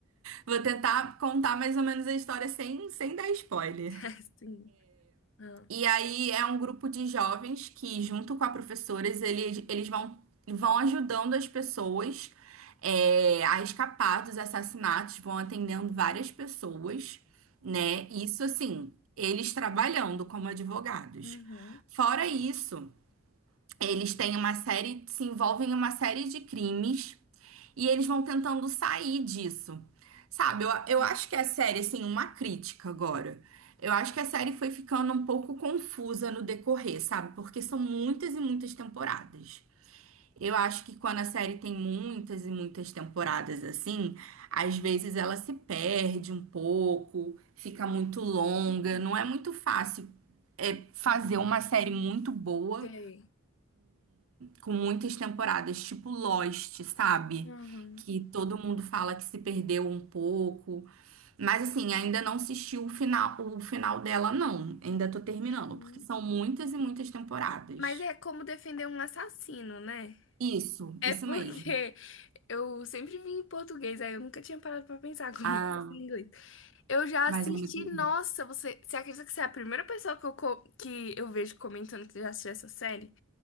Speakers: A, on the right (about 85°); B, on the left (about 65°).
A: Vou tentar contar mais ou menos a história sem, sem dar spoiler.
B: <laughs> Sim. Ah,
A: E aí é um grupo de jovens que, junto com a professora, eles, eles vão, vão ajudando as pessoas é, a escapar dos assassinatos, vão atendendo várias pessoas, né? Isso assim, eles trabalhando como advogados.
B: Uhum.
A: Fora isso, eles têm uma série, se envolvem em uma série de crimes. E eles vão tentando sair disso. Sabe, eu, eu
B: Uhum.
A: acho que a série, assim, uma crítica agora. Eu acho que a série foi ficando um pouco confusa no decorrer, sabe? Porque são muitas e muitas temporadas. Eu acho que quando a série tem muitas e muitas temporadas assim, às vezes ela se perde um pouco, fica muito longa.
B: Uhum.
A: Não é muito fácil é, fazer uma série muito boa
B: sei.
A: com muitas temporadas, tipo Lost, sabe?
B: Uhum.
A: Que todo mundo fala que se perdeu um pouco. Mas assim, ainda não assisti o final, o final dela, não. Ainda tô terminando,
B: Uhum.
A: porque são muitas e muitas temporadas.
B: Mas é como defender um assassino, né?
A: Isso,
B: É
A: isso
B: porque
A: mesmo.
B: <laughs> eu sempre vi em português, aí eu nunca tinha parado pra pensar <laughs> como
A: Ah,
B: que ia ser em inglês. Eu já
A: mas
B: assisti,
A: é muito.
B: nossa, você, você acredita que você é a primeira pessoa que eu, co- que eu vejo comentando que já assistiu essa série?